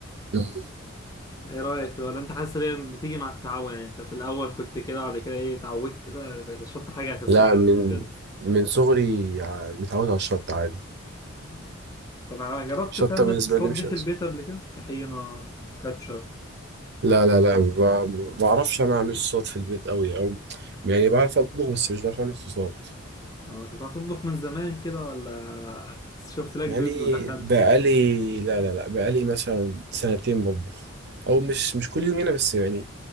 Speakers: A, on the right; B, on the left.
A: مم.
B: ايه رايك ولا انت حاسس ان هي بتيجي مع التعود يعني انت في الاول كنت كده بعد كده ايه اتعودت بقى بقت الشطه حاجه اساسيه
A: لا من
B: بالنسبه لك.
A: من صغري ع- متعود على الشطه عادي
B: مم. طب ع- جربت
A: الشطه
B: تعمل
A: بالنسبه
B: صوصات
A: لي مش
B: دي في
A: أزل.
B: البيت قبل كده طحينة كاتشب
A: لا لا لا ما ما بعرفش انا اعمل صوصات في البيت قوي او يعني بعرف اطبخ بس مش بعرف اعمل صوصات
B: اه انت بتعرف تطبخ من زمان كده ولا شفت لك
A: يعني
B: فيديو ودخلت
A: بقالي لا لا لا بقالي مثلا سنتين بطبخ او مش مش كل يوم هنا بس يعني